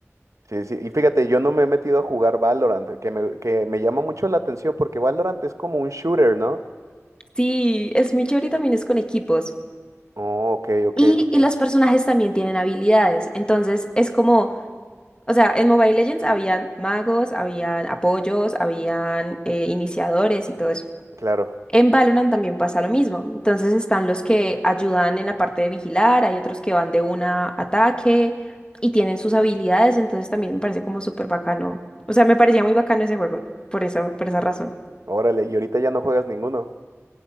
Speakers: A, on the right; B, on the left.
A: sí, sí. Y fíjate, yo no me he metido a jugar Valorant, que me, que me llama mucho la atención porque Valorant es como un shooter, ¿no?
B: Sí, es muy chévere y también es con equipos.
A: Oh, ok, ok,
B: Y,
A: ok.
B: y los personajes también tienen habilidades, entonces es como, o sea, en Mobile Legends habían magos, habían apoyos, habían eh, iniciadores y todo eso.
A: Claro.
B: En Valorant también pasa lo mismo. Entonces están los que ayudan en la parte de vigilar, hay otros que van de una a ataque y tienen sus habilidades, entonces también me parece como súper bacano. O sea, me parecía muy bacano ese juego, por eso, por esa razón.
A: Órale, y ahorita ya no juegas ninguno.